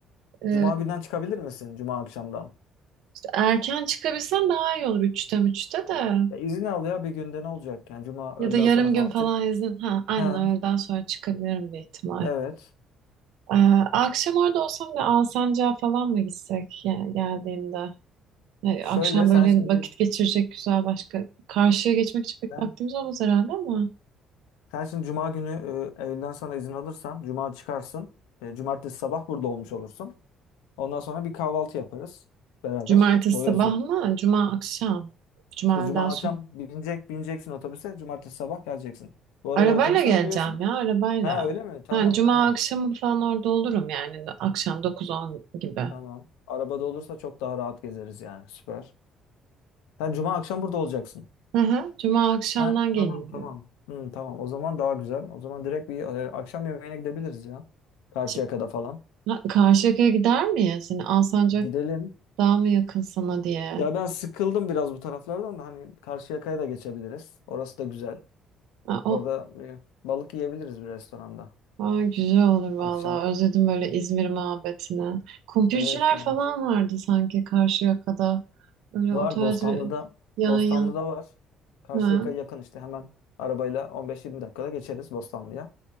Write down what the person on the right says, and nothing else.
e,
işte erken çıkabilsem daha iyi olur 3'te 3'te de.
Ya da yarım
gün falan
izin. Ha, aynen
öğleden sonra çıkabilirim bir ihtimal.
Ee, akşam orada olsam da Alsancak'a falan mı gitsek yani geldiğimde? Ee,
akşam
böyle
vakit geçirecek güzel başka. Karşıya geçmek için pek
vaktimiz olmaz herhalde ama.
Cumartesi
sabah mı? Cuma akşam. Cuma
öğleden sonra.
Arabayla
geleceğim
ya arabayla.
Ha, Cuma
akşamı falan orada olurum yani. Akşam 9-10 gibi.
Hı hı. Cuma akşamdan
geleyim
diyorum.
Ş-
Ha, Karşıyaka'ya gider miyiz? Yani Alsancak
daha mı yakın sana diye.
Ha, o
Aa, güzel olur vallahi.
Özledim böyle
İzmir muhabbetini. Kumpirciler
falan vardı sanki Karşıyaka'da. Öyle
o tarz
bir yan
yan.
Ha.